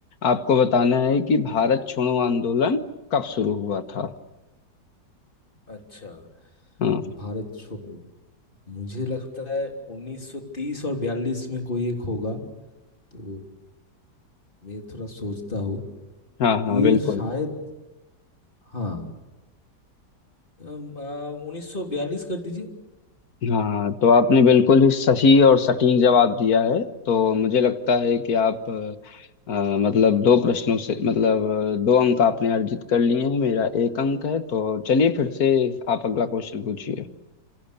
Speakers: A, on the left; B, on the left.
A: आपको बताना है कि भारत छोड़ो आंदोलन कब शुरू हुआ था
B: अच्छा
A: हाँ
B: भारत छोड़ो मुझे लगता है 1930 और 42 में कोई एक होगा तो मैं थोड़ा सोचता हूँ
A: हाँ हाँ
B: ये
A: बिल्कुल
B: शायद हाँ उन्नीस सौ बयालीस कर दीजिए
A: हाँ तो आपने बिल्कुल ही सही और सटीक जवाब दिया है तो मुझे लगता है कि आप अ, मतलब दो प्रश्नों से मतलब अ, दो अंक आपने अर्जित कर लिए हैं मेरा एक अंक है तो चलिए फिर से आप अगला क्वेश्चन पूछिए